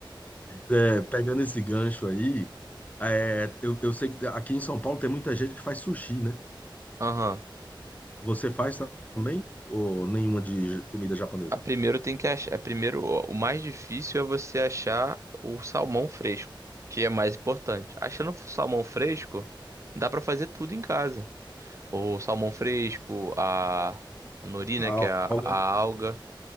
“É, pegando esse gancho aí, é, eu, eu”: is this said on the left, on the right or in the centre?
Left